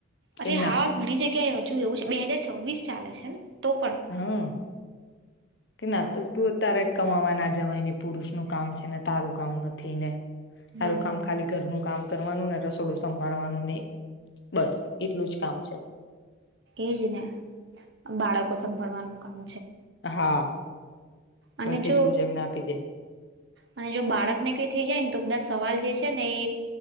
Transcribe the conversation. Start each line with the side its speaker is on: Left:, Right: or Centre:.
Left: કે
Right: અરે
Left: ના
Right: હા ઘણી જગ્યાએ હજુ એવું છે બે હાજાર છવ્વીસ ચાલે છે. તો પણ.
Left: હા કે ના તો તું તારે કમાવા નાખ જવા ને પુરુષ નું કામ છે ને તારું કામ નથી ને.
Right: હમ
Left: સારું કામ ખાલી ઘરનું કામ કરવાનું નથી. રસોડું, સંભવાનું નહી બસ એટલું જ. કામ છે.
Right: એજ ને બાળકો સંભાળવાનું કામ,
Left: હા
Right: અને
Left: બસ
Right: જો
Left: એટલું જ એમને આપી દે
Right: અને જો બાળકને કઈ થઈ જાયને તો બધા સવાલ જે. છે ને એ